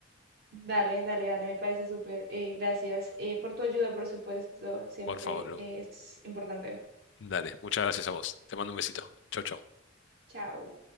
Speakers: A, on the right (about 55°); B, on the left (about 65°).
A: Dale, dale, dale, me parece súper. Eh, gracias eh, por tu ayuda, por supuesto, siempre
B: Por favor, Lu.
A: eh, es importante.
B: Dale, muchas gracias a vos. Te mando un besito. Chau, chau.
A: Chao.